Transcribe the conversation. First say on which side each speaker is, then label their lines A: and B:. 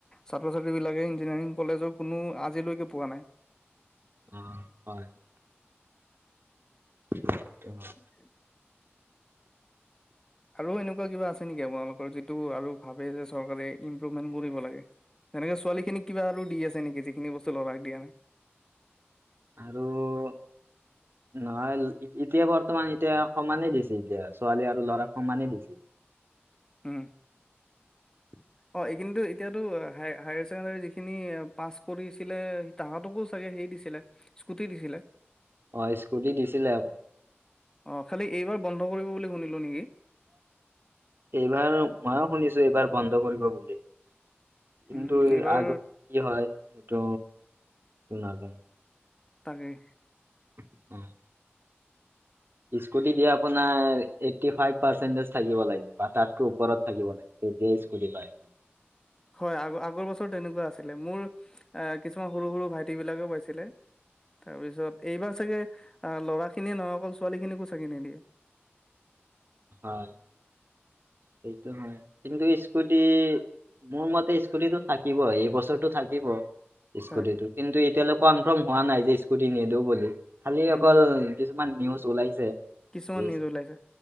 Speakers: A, on the left; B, on the right.
A: ছাত্ৰ ছাত্ৰী বিলাকে ইঞ্জিনিয়াৰিং কলেজৰ কোনো আজিলৈকে পোৱা নাই।
B: অহ' হয়। সেইটো হয়।
A: <unintelligible> আৰু এনেকুৱা কিবা আছে নেকি আপোনালোকৰ, যিটো আৰু ভাবে যে চৰকাৰে ইম্প্ৰুভমেন্ট কৰিব লাগে। তেনেকৈ ছোৱালীখিনিক কিবা আৰু দি আছে নেকি যিখিনিবস্তু ল'ৰাক দিয়া নাই।
B: আৰু নহয় এতিয়া বৰ্তমান এতিয়া সমানে দিছে। এতিয়া ছোৱালী আৰু ল'ৰাক সমানে দিছে।
A: উম।
B: <inaudible>
A: অ' এইখিনিতো এতিয়াতো হাইৰ ছেকেণ্ডাৰী যিখিনি পাছ কৰিছিলে। তাহাতকো চাগে হেৰি দিছিলে স্কুটি দিছিলে।
B: অ', স্কুটি দিছিলে।
A: অ', খালি এইবাৰ বন্ধ কৰিব বুলি শুনিলোঁ নেকি?
B: এইবাৰ মইও শুনিছো এইবাৰ বন্ধ কৰিব বুলি। কিন্তু
A: উম এইবাৰ
B: আগত কি হয় সেইটো নাজানো।
A: তাকেই।
B: <inaudible> স্কুটি দিয়ে আপোনাৰ এইটি ফাইভ পাৰ্চেণ্টেজ থাকিব লাগে বা তাতকৈ ওপৰত থাকিব লাগে। তেতিয়াই স্কুটি পায়।
A: হয় আগ-আগৰ বছৰ তেনেকুৱা আছিলে, মোৰ কিছুমান সৰু সৰু ভাইটি বিলাকে পাইছিলে। তাৰপিছত এইবাৰ চাগৈ ল'ৰাখিনিয়ে নহ'ব ছোৱালীখিনিকো চাগৈ নিদিয়ে।
B: অ', সেইটো হয়। কিন্তু স্কুটি মোৰ মতে স্কুটিটো থাকিব এইবছৰটো থাকিব স্কুটিটো।
A: হয়
B: কিন্তু এতিয়ালৈে কনফাৰ্ম হোৱা নাই যে স্কুটি নিদো বুলি খালি
A: উম
B: অকল
A: হম
B: কিছুমান নিউজ ওলাইছে।
A: কিছুমান
B: যে
A: নিউজ
B: স্কু-
A: ওলাইছে